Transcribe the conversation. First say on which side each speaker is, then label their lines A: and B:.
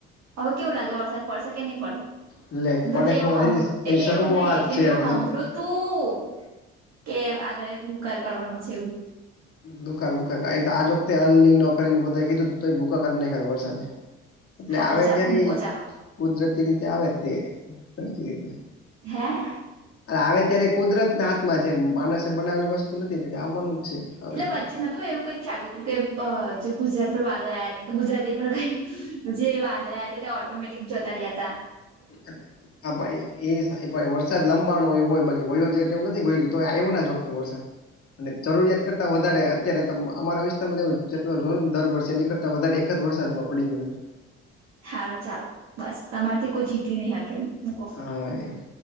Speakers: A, on the right; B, on the left.
A: હવે કેવું લાગે વરસાદ પડશે કે નહીં પડે
B: લેખ
A: બધા
B: પણ એક
A: એવું સાંભળ્યું
B: એ
A: એટલે
B: શરૂઆત
A: એવું નહી એટલે
B: છે
A: મેં એવું સાંભળ્યું
B: હજી તો પણ
A: તું કે આગળ રુકાર કરવાનો છે આવું
B: દુકાળ ભૂકાડ આજ વખતે હલ ન નોકરીને બધા કીધું તો ભૂખકા કરી નાખાધા વરસાદ એ એટલે
A: હારું
B: આવે
A: ચાલો
B: ત્યારે
A: મૂકો ચાલો
B: કુદરતી રીતે આવે તે સરખી રીતે
A: હે
B: આવેવે ત્યારે કુદરત ના હાથમાં છે માણસે બનાવેલી વસ્તુ નથી એ આવવાનું જ છે આવશે
A: એટલે વચ્ચે
B: ત્યારે
A: નહતું એવું કઈક ચાલ હતું કે જે ગુજરાત પર વાદળ ગુજરાતી પર કઈ જે વાદળ્યા હતા તે ઓટોમેટિક જતા રહ્યા હતા
B: ટ હ ભાઈ એ એ પણ વરસાદ લંબાણો એવ હોયયો જેટ એવ નથી ગયયો તો આવ્યો ના જ વખતે વરસાદ અને જરૂરિયાત કરતા વધારે અત્યારે અમારા વિસ્તારમાં જેટલો જો દર વર્ષે એની કરતા વધ એકખત વરસાદમાં પડી ગયો છે.
A: સારું ચાલો બસ તમાર થી કોઈ જીતી નહી હકે એ મુકો
B: હ એમ